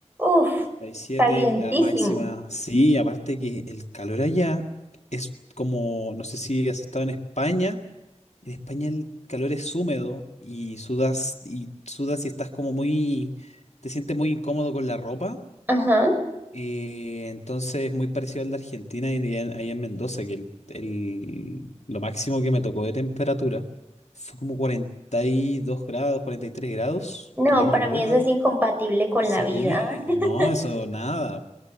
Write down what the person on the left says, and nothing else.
37
y la máxima, sí, aparte que el calor allá es como, no sé si has estado en España. En España el calor es húmedo y sudas y sudas y estás como muy, te sientes muy incómodo con la ropa.
eh, entonces es muy parecido al de Argentina y allá en, allá en Mendoza, que el, el- lo máximo que me tocó de temperatura fue como 42 grados, 43 grados,
que yo en
mi vida...
Sí,
no, eso nada.